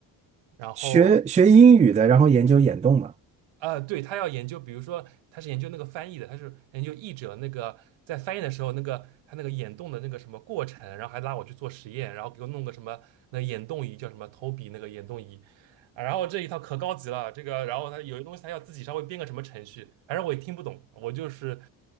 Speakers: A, on the right (about 80°); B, on the right (about 20°).
A: 然后
B: 学学英语的，然后研究眼动嘛，
A: 啊，对，他要研究，比如说他是研究那个翻译的，他是研究译者那个在翻译的时候，那个他那个眼动的那个什么过程，然后还拉我去做实验，然后给我弄个什么那眼动仪，叫什么投笔那个眼动仪，啊，然后这一套可高级了，这个，然后他有些东西他要自己稍微编个什么程序，反正我也听不懂，我就是